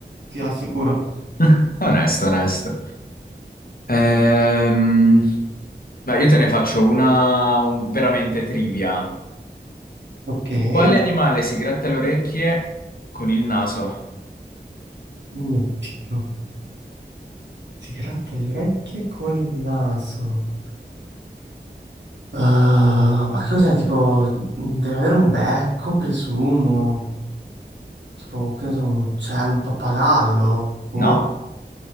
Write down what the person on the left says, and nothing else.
<laughs> onesto, onesto. Ehm, Dai, io te ne faccio una un- veramente trivia.
Quale animale si gratta le orecchie con il naso?
No,